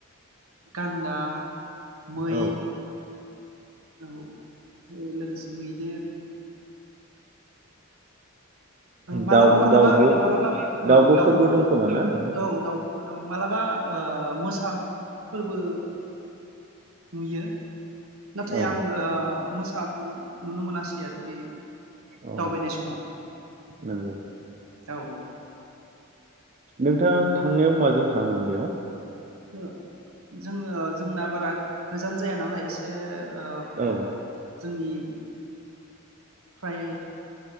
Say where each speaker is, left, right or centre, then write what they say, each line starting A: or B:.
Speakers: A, on the right; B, on the right.
A: गान्दा, मै
B: औ
A: औ लोगोसे मैदेर मालाबा
B: दाउ
A: मालाबा
B: दाउब'
A: मालाबा औ
B: दाउब'फोरबो
A: दाउफोर
B: दंखोमा ना नोंथां
A: औ दाउ दं मालाबा बा ओ‌ मोसा फोरबो नुयो नाथाय
B: औ
A: आं ओ मोसाखौ नुनो मोनासै आरो बै
B: औ
A: दावबायनाय समाव
B: नंगौ
A: औ
B: नोंथाङा थांनायाव माजों थाङामोन बेयाव?
A: जोङो जोङो जोंना बारा गोजान जाया नालाय एसे ओ
B: औ
A: जोंनि फ्राय